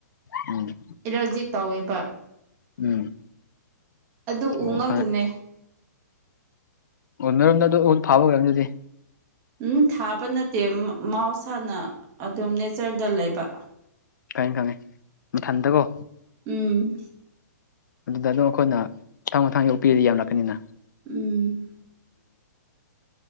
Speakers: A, on the left; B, on the right.
A: ꯈꯪꯉꯦ
B: ꯑꯦꯂꯔꯖꯤ ꯇꯧꯋꯦꯕ
A: ꯎꯝ
B: ꯑꯗꯨ ꯎ
A: ꯎꯝ ꯑꯣ
B: ꯉꯛꯇꯅꯦ
A: ꯎꯟꯅꯗ ꯐꯥꯕꯒꯝꯗꯤ
B: ꯎꯝ ꯊꯥꯕ ꯅꯠꯇꯦ ꯃꯍꯧꯁꯥꯅ ꯑꯗꯨꯝ ꯅꯦꯆꯔꯗ ꯂꯩꯕ
A: ꯈꯪꯦ ꯈꯪꯉꯦ ꯃꯊꯟꯗꯀꯣ
B: ꯎꯝ
A: ꯑꯗꯨꯗ ꯑꯗꯨꯝ ꯑꯩꯈꯣꯏꯅ ꯊꯊꯥꯡ ꯃꯊꯥꯡ ꯌꯣꯛꯄꯤꯔꯗꯤ ꯌꯥꯝ ꯂꯛꯀꯅꯤꯅ
B: ꯎꯝ